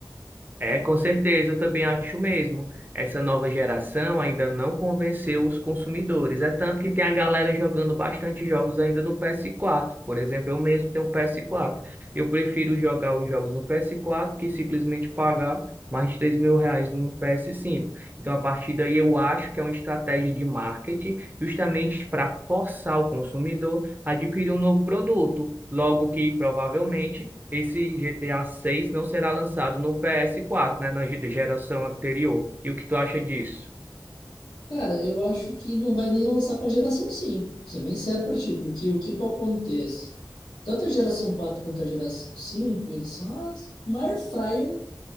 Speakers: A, on the right; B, on the left.
A: É, com certeza, eu também acho mesmo. Essa nova geração ainda não convenceu os consumidores. É tanto que tem a galera jogando bastante jogos ainda no PS4. Por exemplo, eu mesmo tenho um PS4. Eu prefiro jogar os jogos no PS4 que simplesmente pagar mais de 3 mil reais num PS5. Então, a partir daí, eu acho que é uma estratégia de marketing justamente para forçar o consumidor adquirir um novo produto, logo que provavelmente esse GTA 6 não será lançado no PS4, né, na ge- geração anterior. E o que tu acha disso?
B: Cara, eu acho que não vai nem lançar para geração 5. Ser bem sério para ti, porque o que que acontece? Tanto a geração 4 quanto a geração cinco. eles são as, uma air fryer